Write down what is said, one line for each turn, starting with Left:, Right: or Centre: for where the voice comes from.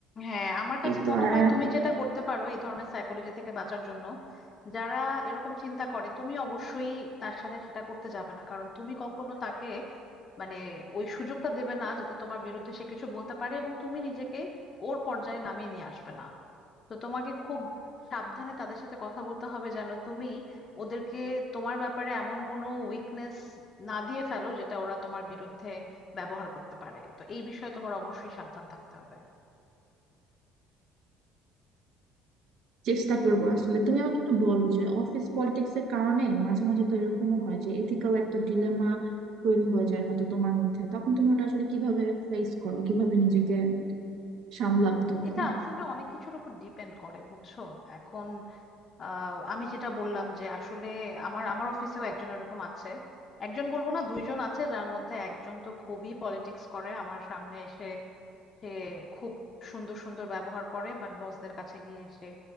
Left: হ্যাঁ আমার কাছে
Right: এই তো
Left: মনে
Right: আর
Left: হয় তুমি যেটা করতে পারো এই ধরনের সাইকোলজি থেকে বাঁচার জন্য যারা এরকম চিন্তা করে তুমি অবশ্যই তার সাথে সেটা করতে যাবে না কারণ তুমি কখনো তাকে মানে ওই সুযোগটা দেবে না যাতে তোমার বিরুদ্ধে সে কিছু বলতে পারে এবং তুমি নিজেকে ওর পর্যায়ে নামিয়ে নিয়ে আসবে না তো তোমাকে খুব সাবধানে তাদের সাথে কথা বলতে হবে যেন তুমি ওদেরকে তোমার ব্যাপারে এমন কোনো উইকনেস না দিয়ে ফেলো যেটা ওরা তোমার বিরুদ্ধে ব্যবহার করতে পারে তো এই বিষয়ে তোমার অবশ্যই সাবধান থাকতে হবে
Right: চেষ্টা করবো আসলে তুমি আমাকে একটু বলো যে অফিস পলিটিক্স এর কারণে মাঝে মাঝে তো এরকমও হয় যে এথিক্যাল একটা ডিলেমা তৈরি হয়ে যায় হয়তো তোমার মধ্যে তখন তুমি ওটা আসলে কিভাবে ফেস করো কিভাবে নিজেকে সামলাও তখন
Left: এটা আসলে অনেক কিছুর উপর ডিপেন্ড করে বুঝছো এখন আহ, আমি যেটা বললাম যে আসলে আমার আমার অফিসেও একজন এরকম আছে একজন বলবো না দুইজন আছে যার মধ্যে একজন তো খুবই পলিটিক্স করে আমার সামনে এসে সে খুব সুন্দর সুন্দর ব্যবহার করে বাট বসদের কাছে গিয়ে সে